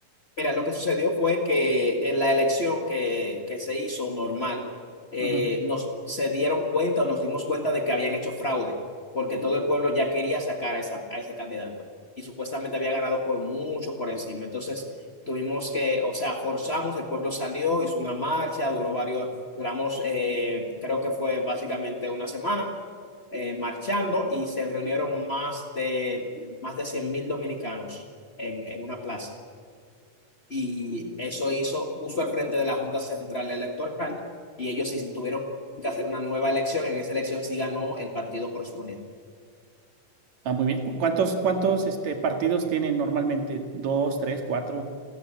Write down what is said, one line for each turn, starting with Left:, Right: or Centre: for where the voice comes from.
Left: Mira, lo que sucedió fue que en la elección que, que se hizo normal, eh,
Right: Ujú.
Left: nos se dieron cuenta o nos dimos cuenta de que habían hecho fraude, porque todo el pueblo ya quería sacar a, esa- a ese candidato y supuestamente había ganado por mucho por encima. Entonces tuvimos que, o sea, forzamos, el pueblo salió, hizo una marcha, duró varios, duramos, eh, creo que fue básicamente una semana eh, marchando y se reunieron más de, más de cien mil dominicanos en en una plaza y eso hizo justo al frente de la Junta Central Electoral y ellos sí tuvieron que hacer una nueva elección. En esa elección sí ganó el partido correspondiente.
Right: Ah, muy bien. ¿Cu- ¿Cuántos, cuántos este, partidos tienen normalmente? ¿Dos, tres, cuatro?